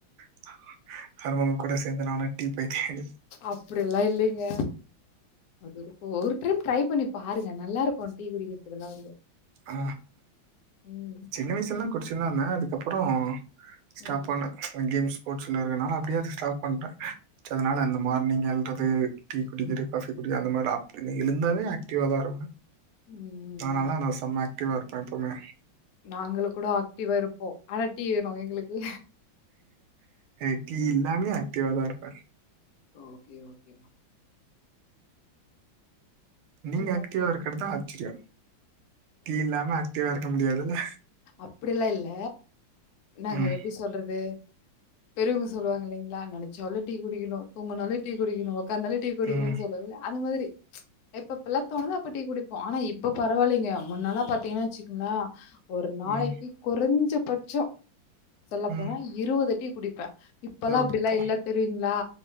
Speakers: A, on the right; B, on the left.
A: <inaudible> வரவங்க கூட சேந்து நானு டீ போய் தேடி
B: அப்டில்லா இல்லைங்க அது இப்ப ஒரு டைம் ட்ரை பண்ணி பாருங்க நல்லாருக்கும் டீ குடிக்கிறதுதெல்லா வந்து
A: ஆ
B: ம்
A: சின்ன வயசுல்லா குடிச்சந்தான அதுக்கப்பறோ ஸ்டாப்
B: ம்
A: பண்ணஅந்த கேம்ஸ் ஸ்போர்ட்ஸ்ல இருக்கனால அப்படியே அதது ஸ்டாப் பண்ட்டே அதனால அந்த மார்னிங் து டீ குடிக்கி
B: ம்
A: காஃபி குடிக்க அந்த மாரி அப்டின்னு எழுந்தாவே ஆக்டிவா தா இருக்கனு
B: ம்
A: நா நல்லா நா செம்ம ஆக்டிவா இருப்பே எப்பவுமே
B: நாங்கள கூட ஆக்டிவா இருப்போ ஆனா டீ வேணு எங்களுக்கு
A: அட்லி எல்லாமே ஆக்ட்டிவ்வா தா இருப்பாரு
B: ஓகே ஓகே
A: நீங்க
B: நாங்க மாத்தியாச்சு
A: ஆக்டிவா இருக்கிறதுதா ஆச்சரிய டி இல்லாம ஆக்டிவா இருக்க முடியாதுல்ல
B: அப்படிலா இல்ல நாங்க
A: ம்
B: எப்டி சொல்றது பெருவங்க சொல்லுவாங்க இலைீங்களா நெனைச்சாலு டீ குடிக்கணு தூங்கினாலு டீ குடிக்கணு உக்கந்தாலே டீ குடிக்கிறேன்னு
A: ம்
B: சொல்லுவே அது மாதிரி எப்பப்ல்லாத் தோணுதோ அப்ப டீ குடிப்போ ஆனா இப்ப பரவாயில்லைங்க முன்னல்லா பாத்தீங்கன்னா வச்சுக்கங்களா ஒரு நாளைக்கு
A: ம்
B: கொறைஞ்ச பட்ச சொல்ல
A: ம்
B: போனா இருபது டீ குடி ப்ப இப்பல்லா
A: எப்பா
B: அப்டில்லா இல்ல தெரியுங்களா